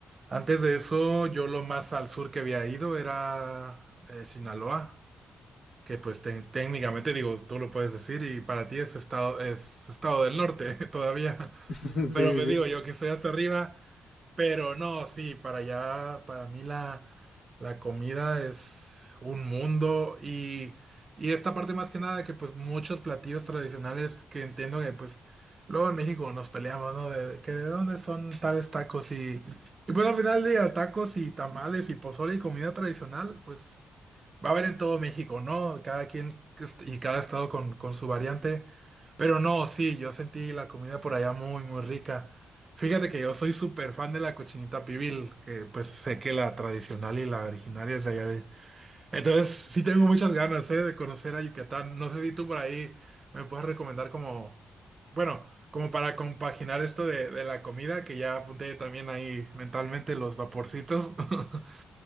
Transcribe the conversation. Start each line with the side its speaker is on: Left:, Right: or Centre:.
Right: Antes de eso, yo lo más al sur que había ido era eh, Sinaloa. Que pues te- técnicamente digo, tú lo puedes decir y para ti es estado, es estado del norte <laughs> todavía.
Left: <laughs> Sí, sí,
Right: Pero pues
Left: sí.
Right: digo yo que estoy hasta arriba. Pero no, sí, para allá, para mí la, la comida es un mundo. Y, y esta parte más que nada que pues muchos platillos tradicionales que entiendo que pues luego en México nos peleamos, ¿no? De que de dónde son tales tacos y, y pues al final del día tacos y tamales y pozole y comida tradicional, pues... Va a haber en todo México, ¿no? Cada quien que est- y cada estado con, con su variante. Pero no, sí, yo sentí la comida por allá muy, muy rica. Fíjate que yo soy súper fan de la cochinita pibil, que pues sé que la tradicional y la originaria es de allá de... Entonces sí tengo muchas ganas, ¿eh? de conocer a Yucatán. No sé si tú por ahí me puedes recomendar como... Bueno, como para compaginar esto de, de la comida, que ya apunté también ahí mentalmente los vaporcitos. <laughs>